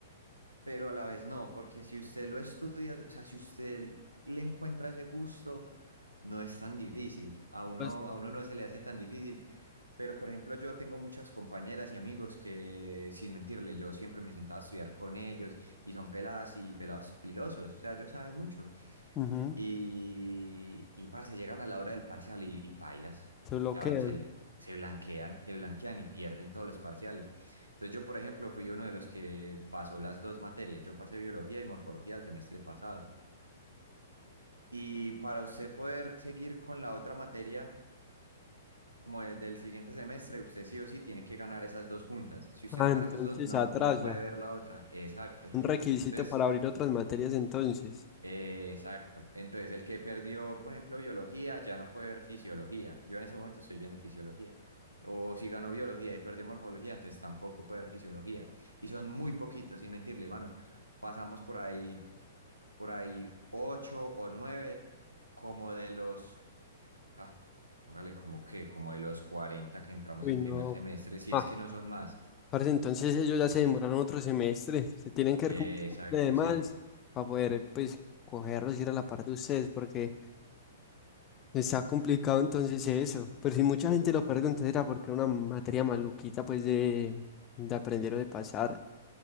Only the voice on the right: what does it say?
pero a la vez no, porque si usted lo estudia, o sea, si usted le encuentra ese gusto, no es tan difícil, a uno,
a uno no se le hace tan difícil, pero por ejemplo yo tengo muchas compañeras y amigos que, sin mentirle, yo siempre me sentaba a estudiar con ellos y son peladas y pelados pilosos, o sea, ellos saben mucho,
y, y parce, llegan a la hora del parcial y, y pailas.
O sea, se, le- se blanquean, se blanquean y pierden todos los parciales. Entonces yo, por ejemplo, fui uno de los que pasó las dos materias. Yo pasé biología y morfología el semestre pasado. Y para usted poder seguir con la otra materia, como de- del siguiente semestre, usted sí o sí tiene que ganar esas dos juntas. Si usted
no
gana esas dos, no,
no puede ver la otra. Exacto.
Entonces,
Eh, exacto. Entonces, el que perdió, por ejemplo, biología, ya no puede ver fisiología. Yo en ese momento estoy viendo fisiología. O si ganó biología y perdió morfología, entonces tampoco puede ver fisiología. Y son muy poquitos, sin mentirle, mano. Pasamos por ahí, por ahí ocho o nueve, como de los, ah, póngale como que, como de los 40 que entramos
en
primer semestre, si
es que no son más.
Eh,
exacto,
sí.